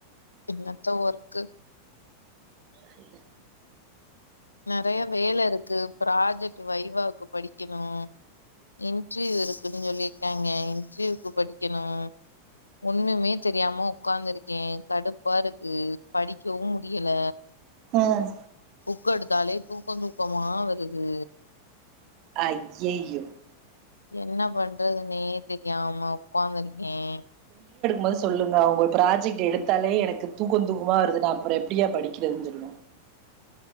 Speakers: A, on the left; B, on the right.
A: எனத்த ஒர்க்கு
B: சரியா
A: நெறைய வேலை இருக்கு ப்ராஜெக்ட் வைவாவுக்கு படிக்கணும் இன்டர்வியூ இருக்குன்னு சொல்லியிருக்காங்க இன்டர்வியூக்கு படிக்கணும் ஒண்ணுமே தெரியாம உக்காந்துருக்கேன் கடுப்பா இருக்கு படிக்கவும் முடியல
B: உஹம்
A: புக்க எடுத்தாலே தூக்கம் தூக்கமா வருது
B: அய்யய
A: என்ன பண்றதுனே தெரிய ஆமா ஒக்காந்துரு ஆஹ்ம்
B: மொத சொல்லுங்க உங்க ப்ராஜெக்ட் எடுத்தாலே எனக்கு தூக்கம் தூக்கமா வருது நான் அப்புறம் எப்படியா படிக்கிறது சொல்லன்